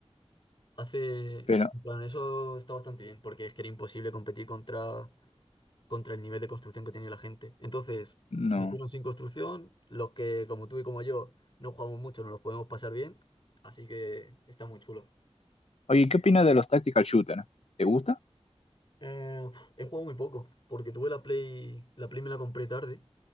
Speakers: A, on the left (about 45°); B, on the left (about 65°).
A: Hace,
B: Pero
A: en plan, eso está bastante bien, porque es que era imposible competir contra contra el nivel de construcción que tenía la gente. Entonces,
B: no.
A: metieron sin construcción, los que como tú y como yo no jugamos mucho, no los podemos pasar bien, así que está muy chulo.
B: Oye, ¿qué opinas de los tactical shooter? ¿Te gusta?
A: Eh, he jugado muy poco, porque tuve la Play, la Play me la compré tarde,